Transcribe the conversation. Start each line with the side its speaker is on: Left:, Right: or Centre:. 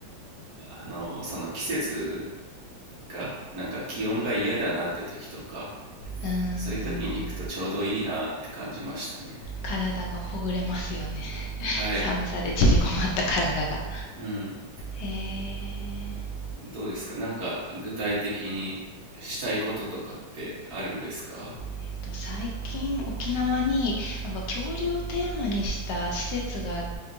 Right: あの、その季節が、なんか気温が嫌だなって時とか、
Left: うーん。
Right: そういう時に行くとちょうどいいなって感じましたね。
Left: 体がほぐれますよね。
Right: はい。
Left: <laughs> 寒さで縮こまった体が。
Right: うん。
Left: えー
Right: どうですかなんか具体的にしたいこととかってあるんですか
Left: えっと、最近沖縄になんか恐竜をテーマにした施設が